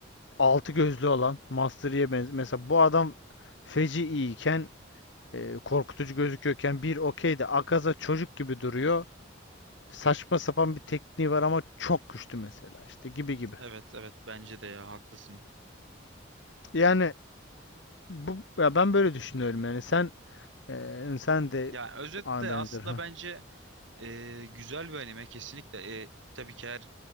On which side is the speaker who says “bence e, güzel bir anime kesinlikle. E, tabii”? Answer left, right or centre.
Right